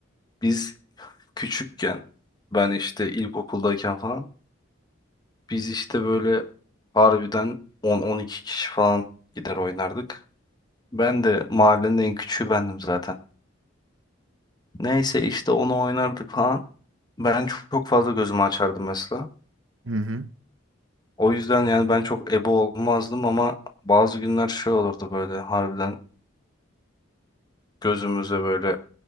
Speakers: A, on the left; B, on the right.
A: Biz küçükken ben işte ilkokuldayken falan biz işte böyle harbiden on-on iki kişi falan gider oynardık. Ben de mahallenin en küçüğü bendim zaten. Neyse işte onu oynardık falan. Ben çok, çok fazla gözümü açardım mesela.
B: <laughs> Hı hı.
A: O yüzden yani ben çok ebe olmazdım ama bazı günler şey olurdu böyle harbiden gözümüze böyle